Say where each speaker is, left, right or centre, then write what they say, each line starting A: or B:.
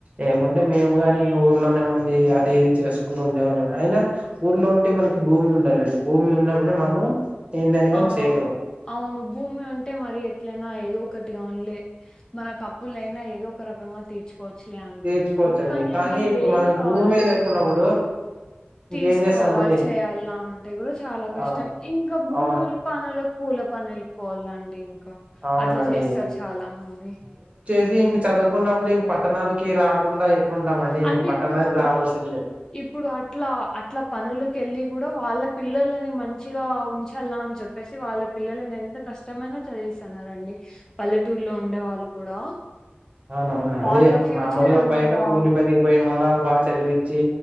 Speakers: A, on the right; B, on the left.
A: లేకుంటే
B: ఆ
A: మేము కాని ఊరు ఊర్లోనే ఉండి అది ఇది చేసుకుంటు ఉండే వాని అయినా ఊర్లో ఉంటే మనకి భూమి ఉండాలండి భూమి ఉన్న ఇప్పుడే మనము ఏందని కాని
B: ఆ
A: చేయగలం
B: అవును భూమి ఉంటే మరి ఇట్ల అయినా ఏదో ఒకటి గానీలే మన కప్పులు అయినా ఏదో ఒక రకంగా తీర్చు కోచ్చులే అనుకుంటారు
A: తీర్చుకోవచ్చండి
B: కానీ అది
A: ఇప్పుడు
B: లేని
A: మనకు
B: వాళ్ళు
A: భూమే లేకున్నప్పుడు ఇంకేం
B: తీసుకోవాలి
A: చేస్తామండి
B: చెయ్యాలా అంటే కూడా చాలా కష్టం
A: ఆ
B: ఇంకా భూములు
A: అవును
B: పనులు ఊర్లో పనులు కు వెళ్ళిపోవాల అండి ఇంకా
A: అవునండి
B: అట్ల చేస్తారు చాలా మంది
A: ఇది ఇంక చదువుకున్నప్పుడు ఇంక పట్టణాలకి రాకుండా ఎట్లుంటాం అండి ఇంక
B: అంటే
A: పట్టణానికి
B: ఇప్పుడు
A: రావాల్సిందే
B: ఇప్పుడు అట్ల అట్ల పనులుకి వెళ్ళి కూడా వాళ్ళ పిల్లలని మంచిగా ఉంచల్లా అని చెప్పేసి వాళ్ళ పిల్లలని ఎంత కష్టమైనా చదివిస్తున్నారండి పల్లెటూరులో ఉండే వాళ్ళు కూడా
A: అవును అవును
B: వాళ్ళ
A: అదే
B: ఫ్యూచర్
A: మామూలుగా
B: అన్నాబ్బా
A: బయట కూలి పనికి పోయి మల్ల బాగా చదివిచ్చి